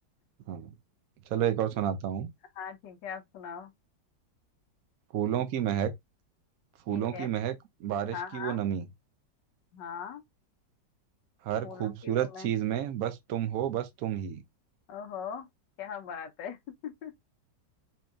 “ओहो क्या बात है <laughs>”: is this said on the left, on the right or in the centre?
Left